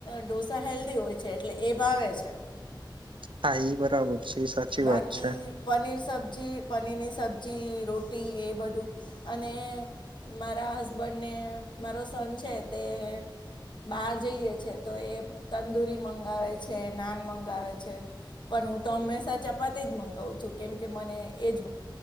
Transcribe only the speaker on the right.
હા એ બરાબર. છે સાચી
વાત છે